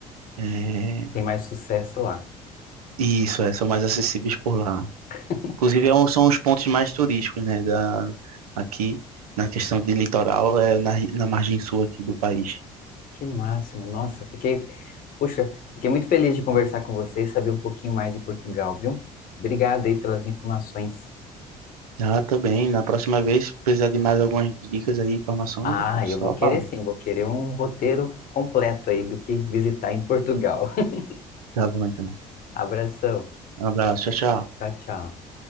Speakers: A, on the right; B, on the left.
A: é,
B: Tem mais sucesso lá.
A: isso, é, são mais acessíveis por lá.
B: <laughs>
A: Inclusive é um- são os pontos mais turísticos, né? Da aqui na questão de litoral é na, ri- na margem sul aqui do país.
B: Que máximo. Nossa, fiquei. Puxa, fiquei muito feliz de conversar com você e saber um pouquinho mais de Portugal, viu? Obrigado aí pelas informações.
A: Ah, também. Na próxima vez, se precisar de mais algumas dicas aí, informações,
B: Ah,
A: pô, só
B: eu vou querer
A: falar.
B: sim, vou querer um roteiro completo aí do que visitar em Portugal. <laughs>
A: Tá bom, então.
B: Abração.
A: Um abraço, tchau, tchau.
B: Tchau, tchau.